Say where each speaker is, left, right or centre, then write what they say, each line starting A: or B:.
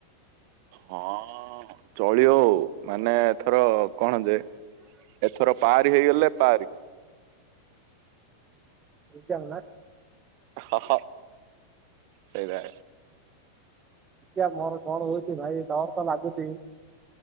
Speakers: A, on the right (about 45°); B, on the right (about 20°).
A: ହଁ ଚଳିବଉ, ମାନେ ଏଥର କଣ ଯେ ଏଥର ପାରି ହେଇଗଲେ, ତାରି।
B: ଯାଉନା
A: ଅହ ସେରା
B: ଦେଖିଆ ମୋର କଣ ହଉଚି ଭାଇ, ଡରତ ଲାଗୁଚି।